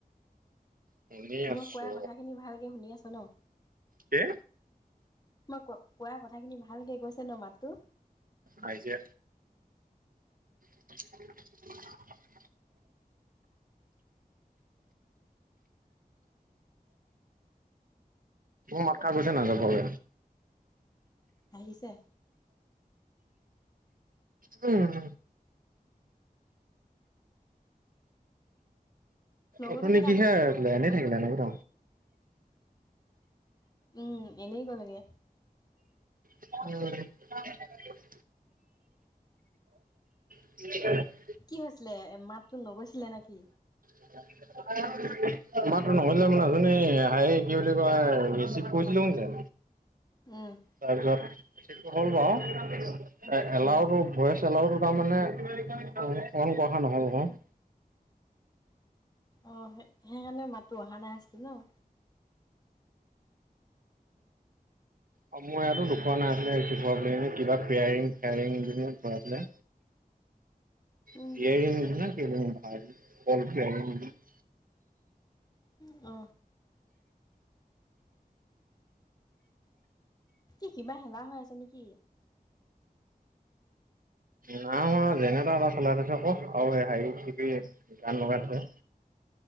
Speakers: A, on the right; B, on the left.
A: শুনি
B: মই
A: আছো
B: কোৱা কথাখিনি ভালকে শুনি আছা ন?
A: কে?
B: মই ক, কোৱা কথাখিনি ভালকে গৈছে ন মাতটো?
A: আহিছে। <unintelligible> মোতখা গৈছে, নাযাবলে।
B: আহিছে।
A: উম।
B: লগৰটো
A: অথনি
B: কেইটা
A: কিহে
B: বজাত আহিব
A: আছিলে এনে থাকিলে নেকি ন?
B: উম, এনেই গ'লগে।
A: <inaudible> উম। <unintelligible> <unintelligible>
B: কি হৈছিলে মাতটো নগৈছিলে নেকি?
A: <unintelligible> তোমাৰতো নহ'লেও <unintelligible> আই, কি বুলি কয় ৰিচিভ কৰিছিলোঁ যে
B: উম।
A: তাৰপিছত <unintelligible> হ'ল বাৰু, এলাউডটো
B: উম
A: ভইচ এলাউটো তাৰমানে অন-অন কৰা নহ'ল গৈ
B: অ, সে সেইকাৰণে মাতটো অহা নাছিল ন?
A: অ, মোৰ ইয়াতো দুখন আছিলে কিবা পেয়াৰিং, কিবা পেয়াৰিং-টেয়াৰিং <unintelligible> আছিলে।
B: উম
A: <inaudible>
B: অ। কি কিবা হেলা হৈ আছে নেকি?
A: নাই হোৱা, যেনেটাৰ এটা চলাই থৈছে, আকৌ আৰু হেৰি কি কি <unintelligible> গান লগাই থৈ।